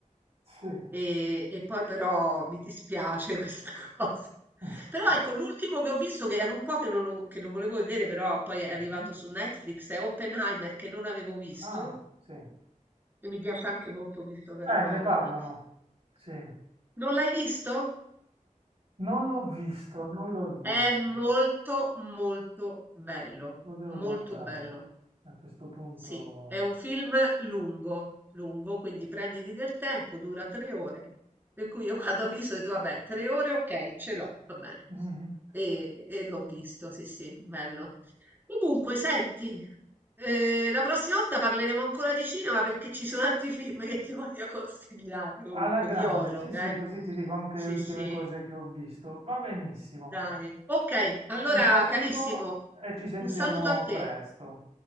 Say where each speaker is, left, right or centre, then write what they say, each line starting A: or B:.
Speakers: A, on the right; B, on the right.
A: Sì.
B: e, e poi però mi dispiace <laughs> questa cosa.
A: <laughs>
B: Però ecco, l'ultimo che ho visto, che era un po' che, non lo, che lo volevo vedere, però poi è
A: Mhm.
B: arrivato su Netflix, è Oppenheimer, che non avevo visto,
A: Ah, sì. Eh,
B: e mi piace anche molto Christopher Nolan.
A: ne parlano. Sì.
B: Non l'hai visto?
A: Non l'ho visto, non l'ho visto,
B: È molto molto bello,
A: lo devo
B: molto
A: guardare
B: bello.
A: a questo punto.
B: Sì, è un film lungo, lungo, quindi prenditi del tempo, dura tre ore. Per cui io <laughs> quando ho visto ho detto, vabbè, tre ore, ok, ce l'ho, va bene.
A: Mhm.
B: E, e l'ho visto, sì, sì, bello. Comunque, senti, eh, la prossima volta parleremo ancora di cinema perché ci sono altri <laughs> film che ti voglio consigliare, comunque,
A: Alla grande,
B: di horror,
A: sì, sì,
B: eh.
A: così ti dico anche
B: Sì,
A: le ultime
B: sì.
A: cose che ho visto. Va benissimo.
B: Dai. Ok, allora
A: Un saluto
B: carissimo,
A: e ci sentiamo
B: un saluto a te.
A: presto.